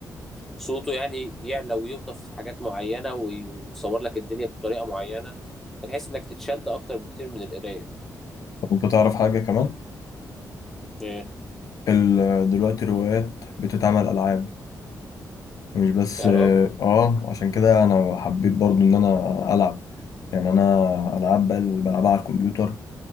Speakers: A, in the centre; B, on the left (about 60°).
A: بصوته يعني يعلى ويوطف حاجات معينة ويصور لك الدنيا بطريقة معينة فتحس إنك تتشد أكتر بكتير من القراية
B: طب انت تعرف حاجه كمان
A: إيه
B: ال- دلوقتي الروايات بتتعمل العاب مش بس
A: يا راجل
B: اه عشان كده انا حبيت برضو ان انا العب يعني انا العاب بقى اللي بلعبها على الكمبيوتر